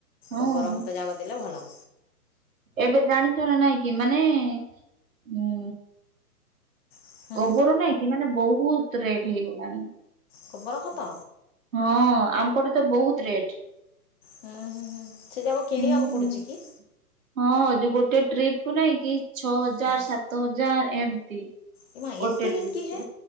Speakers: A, on the right; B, on the left.
A: ହଁ।
B: ଗୋବର ଖତ ଯାକ ଦେଲେ ଭଲ
A: ଏବେ ଜାଣିଛ ନା ନାଇଁ କି ମାନେ ହୁଁ।
B: ହୁଁ
A: ଗୋବର ନାଇକି ମାନେ ବହୁତ ରେଟ୍ ହେଇଗଲାଣି।
B: କଵର ଖତ
A: ହଁ ଆମ୍ପଟେ ତ ବହୁତ ରେଟ୍।
B: ହୁଁ ହୁଁ ହୁଁ ସେ ଯାକ କିଣିବାକୁ
A: ହୁଁ।
B: ପଡୁଛି କି?
A: ହଁ ଯଉ ଗୋଟେ ଟ୍ରିପି କୁ ନାଇଁ କି ଛଅ ହଜାର
B: ହୁଁ
A: ସାତ ହଜାର ଏମିତି।
B: ଏ ମା
A: ଗୋଟେ
B: ଏତେ ରେଟ୍
A: ଟ୍ରୀପି
B: କି ହେ
A: କୁ।